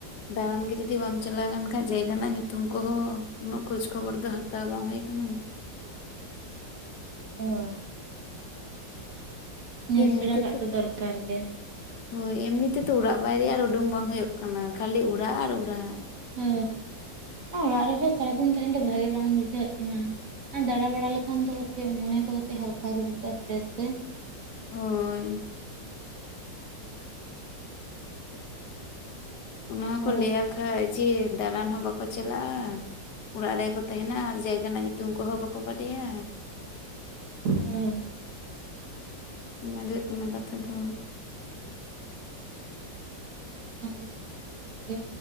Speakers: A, on the left; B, on the right.
A: ᱫᱟᱬᱟᱱ ᱜᱮ ᱡᱚᱫᱤ ᱵᱟᱢ ᱪᱟᱞᱟᱣ ᱟᱠᱟᱱ ᱠᱷᱟᱡ ᱡᱟᱭᱜᱟ ᱨᱮᱱᱟᱜ ᱧᱩᱛᱩᱢ ᱠᱚᱦᱚᱸ ᱩᱱᱟᱹᱜ ᱠᱷᱳᱡᱽ ᱠᱷᱚᱵᱚᱨ ᱫᱚ ᱦᱟᱛᱟᱣ ᱵᱟᱝ ᱦᱩᱭ ᱟᱠᱟᱱᱟ᱾
B: ᱦᱳᱭ ᱧᱮᱞ
A: ᱮᱢᱱᱤ
B: ᱥᱮᱬᱟ
A: ᱛᱮᱫᱚ᱾
B: ᱠᱟᱜ ᱫᱚ ᱫᱚᱨᱠᱟᱨ ᱜᱮ
A: ᱦᱳᱭ, ᱮᱢᱱᱤ ᱛᱮᱫᱚ ᱚᱲᱟᱜ ᱵᱟᱭᱨᱮ ᱟᱨ ᱩᱰᱩᱝ ᱵᱟᱝ ᱦᱩᱭᱩᱜ ᱠᱟᱱᱟ ᱠᱷᱟᱹᱞᱤ ᱚᱲᱟᱜ ᱟᱨ ᱚᱲᱟᱜ᱾
B: ᱦᱮᱹ, ᱚᱲᱟᱜ ᱨᱮᱦᱚᱸ ᱥᱟᱨᱟᱫᱤᱱ ᱛᱟᱸᱦᱮᱱ ᱫᱚ ᱵᱷᱟᱜᱤ ᱵᱟᱝ ᱵᱩᱡᱷᱟᱹᱜ ᱠᱟᱱᱟ᱾ ᱟᱨ ᱫᱟᱬᱟ ᱵᱟᱲᱟ ᱞᱮᱠᱷᱟᱱ ᱫᱚ ᱠᱟᱹᱴᱤᱡ ᱢᱚᱱᱮ ᱠᱚ ᱠᱟᱹᱴᱤᱡ ᱦᱟᱞᱠᱟ ᱜᱮ ᱵᱩᱡᱷᱟᱹᱜᱼᱟ ᱯᱷᱨᱮᱥ ᱜᱮ᱾
A: ᱦᱳᱭ᱾ ᱚᱱᱟ ᱦᱚᱸᱠᱚ
B: ᱟᱫᱚ
A: ᱞᱟᱹᱭᱟ ᱠᱷᱟᱱ ᱡᱮ ᱫᱟᱬᱟᱱ ᱦᱚᱸ ᱵᱟᱠᱚ ᱪᱟᱞᱟᱜᱼᱟ᱾ ᱚᱲᱟᱜ ᱨᱮᱜᱮᱠᱚ ᱛᱮᱸᱦᱮᱱᱟ ᱟᱨ ᱡᱟᱭᱜᱟ ᱨᱮᱱᱟᱜ ᱧᱩᱛᱩᱢ ᱠᱚᱦᱚᱸ ᱵᱟᱠᱚ ᱵᱟᱰᱟᱭᱟ᱾
B: ᱦᱩᱸ᱾
A: ᱚᱱᱟ ᱜᱮ ᱦᱩᱭᱩᱜ ᱠᱟᱱᱟ ᱠᱟᱛᱷᱟ ᱫᱚ᱾
B: ᱦᱩᱸ, <unintelligible> ᱢᱚᱡᱽ ᱜᱮ᱾